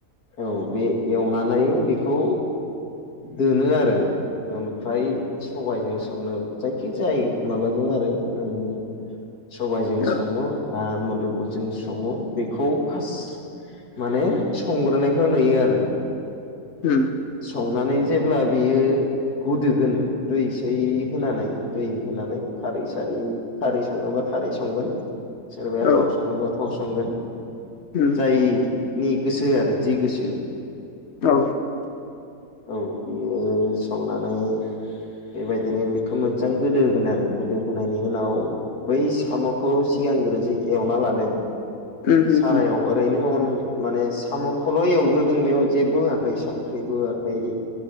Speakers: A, on the left; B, on the left.
A: औ बे एवनानै बेखौ दोनो आरो ओमफ्राय सबाइजों संनो जायखि जाय माबाजों आरो उम सबायाइजों
B: औ
A: सङो ना मोदोफुल जों संङो बेखौ फार्स्ट माने संग्रोनायखौ नुयो आरो।
B: उम।
A: संनानै जेब्ला बियो गदोगोन दै सै होनानै दै होनानै खारै सारै खारै संनोबा बा खारै संगोन सोरबाया
B: औ
A: थाव सङोबा थाव संगोन
B: उ <unintelligible>
A: जायनि गोसो आरो जि गोसो
B: औ।
A: औ बियो संनानै बेबायदिनो बेखौ मोजां गोदो होगोन आरो गोदो होनायनि उनाव बै साम'खौ सिगांग्रो जे एवना लादों
B: उम उम
A: सारायाव अरैनो अन माने साम'खौल' एवग्रोदों बेयाव जेबो होआखै संख्रिबो होआखै